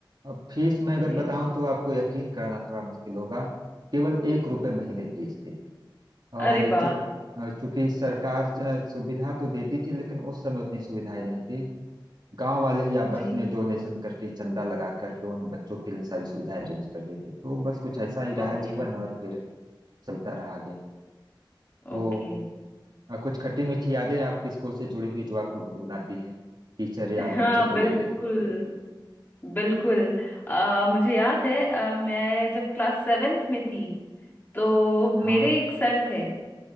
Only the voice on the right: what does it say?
अब फीस मैं अगर
बताऊं तो आपको यकीन करना थोड़ा मुश्किल होगा केवल एक रुपए महीने फीस थी और
चू, और चूंकि सरकार च- सुविधा तो देती थी लेकिन उस समय उतनी सुविधाएं नहीं थी गांव वाले ही आपस
में डोनेशन करके चंदा लगा करके उन बच्चों के लिए सारी सुविधाएं अरेंज करते थे तो बस कुछ ऐसा ही रहा
जीवन और फिर चलता रहा आगे तो
अ, कुछ खट्टी मीठी यादें आपकी स्कूल से जुड़ी हुई जो आपको गुनगुनाती है टीचर या
बच्चों को
लेके
हाँ